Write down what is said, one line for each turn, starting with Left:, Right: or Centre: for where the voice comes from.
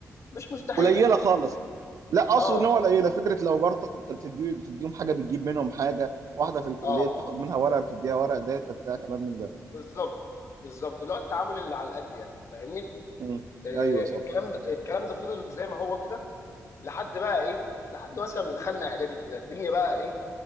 Left: مش مستحيله
Right: قليله خالص لا اقصد
Left: اه
Right: ان هو قليله فكره لو جارتك انت بتدي بتديهم حاجه بتجيب منهم حاجه واحده في الكليه
Left: اه
Right: بتاخد منها ورقه بتديها ورق داتا بتاع كلام من ده
Left: بالظبط بالظبط اللي هو التعامل اللي على القد يعني فاهمني
Right: مم.
Left: آه
Right: ايوه صح
Left: الكلام ده الكلام ده فضل زي ما هو كده لحد بقى ايه لحد مثلا ما دخلنا اعدادي كده الدنيا بقى ايه